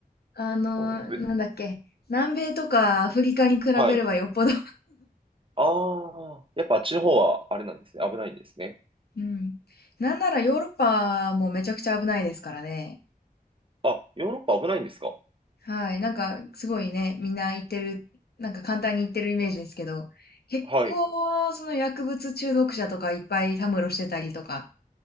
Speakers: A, on the left; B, on the right.
A: あのなんだっけ。
B: そうなんですね。
A: 南米とかアフリカに比べればよっぽど
B: はい。ああ、やっぱあっちの方はあれなんですね。危ないんですね。
A: <laughs> うん。なんならヨーロッパもめちゃくちゃ危ないですからね。
B: あ、ヨーロッパ危ないんですか
A: はい。なんか、すごいね、みんな言ってる、なんか簡単に言ってるイメージですけど、結構、
B: はい。
A: その薬物中毒者とかいっぱいたむろしてたりとか、